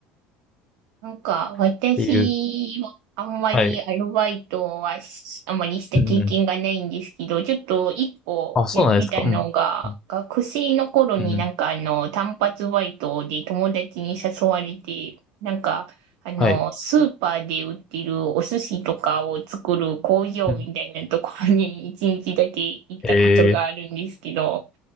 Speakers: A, on the right; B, on the left.
A: なんか、私はあんまりアルバイトはしあんまりした経験がないんですけど、
B: っていう。はい。うんうん。
A: ちょっと一個やってたのが、
B: あ、そうなんですか。うん。うん。
A: 学生の頃になんかあの、
B: うんうん
A: 単発バイトで友達に誘われて、なんか、あの、
B: はい。
A: スーパーで売ってるお寿司とかを作る工場みたいなところに一日だけ行ったことがあるんですけど、
B: うん。へえ。